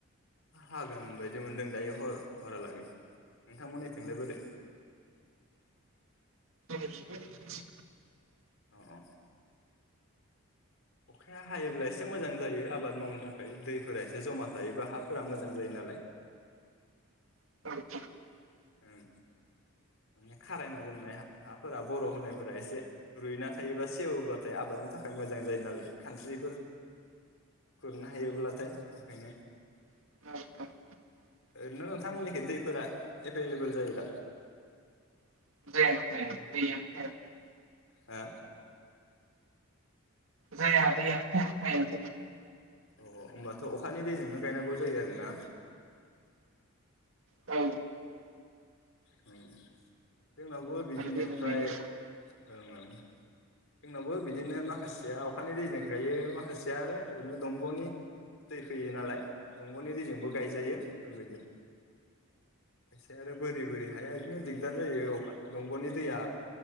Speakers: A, on the left (about 65°); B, on the right (about 65°).
A: अखा हागोन बायदि मोनदों दायो हर हरहालागै नोंथांमोननिथिंलाय बोरै?
B: <unintelligible>
A: अ अ अखाया हायोब्ला एसे मोजां जायो आबाद मावनो थाखाय दैफोरा एसे जमा थायोबा हाफोरा मोजां जायो नालाय
B: <unintelligible>
A: ओं माने खारायना दोननाय हाफोरा बर होनायफोरा एसे रुइना थायोबा सेवबाथाय आबादनि थाखाय मोजां जायो नालाय कान्ट्रिफोर खुरनो हायोब्लाथाय ओंखायनो
B: <unintelligible>
A: ओरैनो नोंथांमोननिख दैफोरा एभेलेबेल जायो दा
B: <unintelligible>
A: हा
B: जाया दैयानो जाया <unintelligible>
A: अ होमबाथ अखानि दैजोंनो गायनांगौ जायो आरो ना
B: औ
A: औ जोंनावबो बिदिनो
B: दै लोंनायनि
A: फ्राय जोंनावबो बिदिनो माखासेया अखानि दैजों गायो माखासेया आरो ओरैनो दंगनि दै फैयो नालाय दंगनि दैजोंबो गायजायो बेफोरबायदि खायसेहा आरो बारि बोरि हाया बिदिनो दिगदार जायो अखा दंगनि दैया